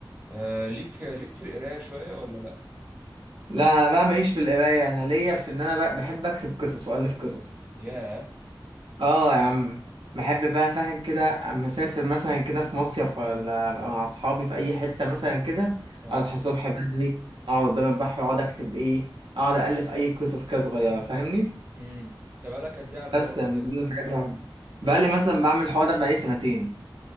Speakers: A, on the right; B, on the right.
A: آه ليك ليك في القرايه شويه ولا لا
B: لا أنا بقى ماليش في القراية أنا ليا في إن أنا بقى بحب أكتب قصص وألف قصص
A: ياه
B: اه يا عم بحب بقى فاهم كده اما اسافر مثلا كده في مصيف ولا ابقى مع اصحابي في اي حته مثلا كده
A: اه
B: اصحى الصبح بدري اقعد قدام البحر واقعد اكتب ايه اقعد الف اي قصص كده صغيره فاهمني
A: امم انت بقالك قد ايه على الحوار
B: بس
A: ده
B: من
A: كده
B: ضمن الحاجات اللي بقى لي مثلا بعمل الحوار ده بقى لي سنتين